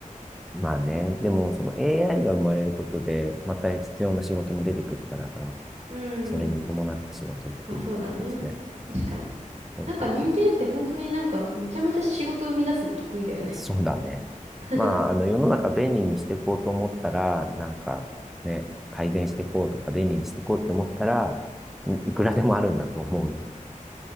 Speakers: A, in the centre; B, on the right.
A: まあね。でも、その AI が生まれることで、また必要な仕事も出てくるからさ、
B: うん。
A: それに伴った仕事っていう形で。
B: まあそうだね。確かに。
A: そうそうそ
B: なんか人間って本当になんかめちゃめちゃ仕事生み出すの得意だよね
A: う。そうだね。
B: <laughs>
A: まあ、あの、世の中便利にしていこうと思ったら、なんかね、改善していこうとか便利にしていこうって思ったら、んいくらでもあるんだと思うよ。